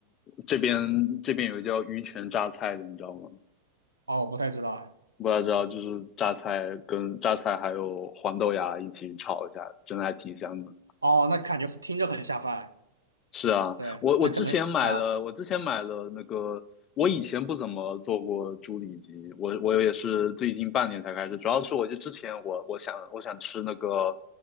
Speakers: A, on the left; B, on the right.
A: 这边这边有个叫鱼泉榨菜的，你知道吗？
B: 哦，我不太知道哎。
A: 不太知道，就是榨菜跟榨菜还有黄豆芽一起炒一下，真的还挺香的。
B: 哦，那感觉听着很下饭。
A: 是啊，
B: 对，
A: 我我之前买了，
B: 他可能啊
A: 我之前买了那个，我以前不怎么做过猪里脊，我我也是最近半年才开始，主要是我就之前我我想我想吃那个，